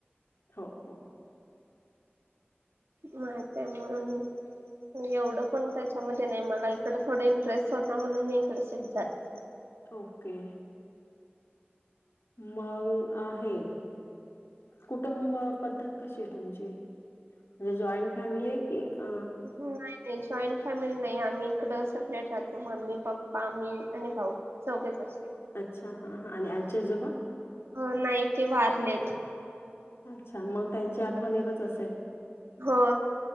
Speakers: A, on the left; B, on the right.
A: हो हो,
B: माहित आहे म्हणून मी, एवढं पण त्या नाही मला इकडे थोड इंटरेस्ट होता म्हणून मी इकडे शिफ्ट झाले.
A: ओके. मग आहे, कुटुंब पद्धत कशी आहे तुमची? म्हणजे जॉईन फॅमिली आहे की अ
B: नाही नाही जॉईंन फॅमिली नाही आम्ही इकडं सेपरेट राहतो मम्मी, पप्पा, मी आणि भाऊ. चौघच असते.
A: अच्छा हा हा आणि आजी, आजोबा.
B: हो नाही ते वारलेत.
A: अच्छा मग त्यांची आठवण येतच असेल.
B: हो.